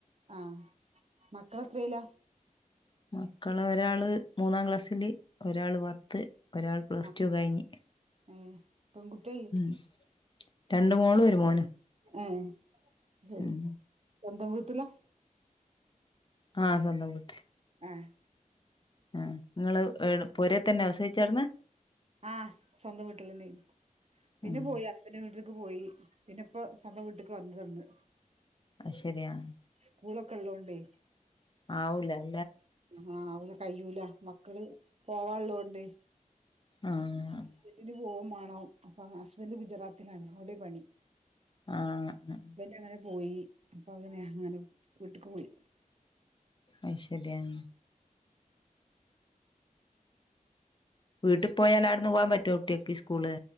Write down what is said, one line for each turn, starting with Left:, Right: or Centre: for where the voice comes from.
Right: ആഹ്, മക്കളെത്രയിലാ?
Left: മക്കള് ഒരാള് മൂന്നാം ക്ലാസില് ഒരാള് പത്ത് ഒരാൾ പ്ലസ്
Right: ആഹ്
Left: ടു കഴിഞ്ഞ്
Right: ഏഹ് പെൺകുട്ടിയല്ലേ
Left: ഉം രണ്ടു മോളും ഒരു മോനും
Right: ഉം ശരി,
Left: ഉം
Right: സ്വന്തം വീട്ടിലാ
Left: ആഹ് സ്വന്തം വീട്ടിൽ
Right: ആഹ്
Left: ആ നിങ്ങള് പൊരയിൽത്തന്നെയാ പ്രസവിച്ചട്ന്ന്
Right: ആഹ് സ്വന്തം വീട്ടിലാരുന്നു. പിന്നെ
Left: ഉം
Right: പോയി ഹസ്ബൻഡിൻ്റെ വീട്ടിലേക്ക് പോയി. പിന്നിപ്പൊ സ്വന്തം വീട്ടിക്ക് വന്നതാന്ന്
Left: അ ശരിയാണ്
Right: സ്കൂളൊക്കെയുള്ളോണ്ടേ
Left: ആവൂല്ലേ
Right: ആഹ് അവള് കഴിയൂല്ല, മക്കള് പോവാനുള്ളോണ്ട്
Left: ആഹ്
Right: <unintelligible> ന് പോമാണോ അപ്പൊ ഹസ്ബന്ഡ് ഗുജറാത്തിലാണ് അവിടെയാ പണി
Left: ആഹ് ആഹ്
Right: ഇവല് അങ്ങനെ പോയി അപ്പൊ അങ്ങനെ അങ്ങനെ വീട്ടിക്ക് പോയി
Left: അത് ശരിയാണ് വീട്ടിൽ പോയാൽ അവിടന്ന് പോവാൻ പറ്റോ കുട്ടിയൊക്ക് സ്കൂള്